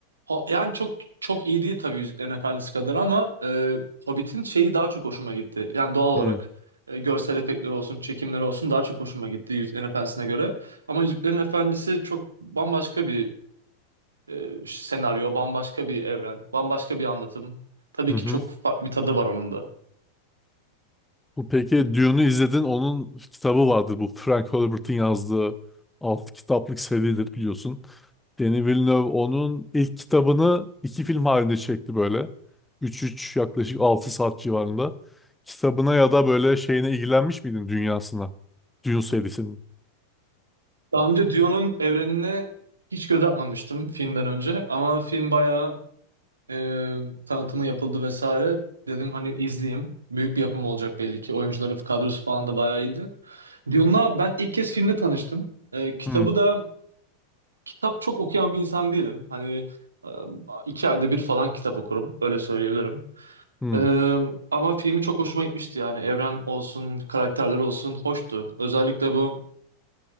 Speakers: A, on the right; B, in the centre.
A: ho- yani çok çok iyi değil tabii Yüzüklerin Efendisi kadar ama e, Hobbit'in şeyi daha çok hoşuma gitti. Yani doğal
B: Hı
A: olarak e, görsel efektleri olsun, çekimleri olsun daha çok hoşuma gitti Yüzüklerin Efendisi'ne göre. Ama Yüzüklerin Efendisi çok bambaşka bir e, senaryo, bambaşka bir evren, bambaşka bir anlatım. Tabii
B: hı.
A: ki
B: hı.
A: çok farklı bir tadı var onun da.
B: Bu peki Dune'u izledin. Onun kitabı vardır. Bu Frank Herbert'in yazdığı 6 kitaplık seridir biliyorsun. Denis Villeneuve onun ilk kitabını iki film halinde çekti böyle. üç üç yaklaşık 6 saat civarında. Kitabına ya da böyle şeyine ilgilenmiş miydin dünyasına? Dune serisinin.
A: Daha önce Dune'un evrenine hiç göz atmamıştım filmden önce ama film bayağı e, tanıtımı yapıldı vesaire. Dedim hani izleyeyim. Büyük bir yapım olacak belli ki. Oyuncuları kadrosu falan da bayağı iyiydi. Dune'la ben ilk kez filmde tanıştım. E, kitabı
B: Hmm,
A: da kitap çok okuyan bir insan değilim. Hani e, iki ayda bir falan kitap okurum. Öyle söyleyebilirim.
B: hmm,
A: E, ama filmi çok hoşuma gitmişti yani. Evren olsun, karakterler olsun hoştu. Özellikle bu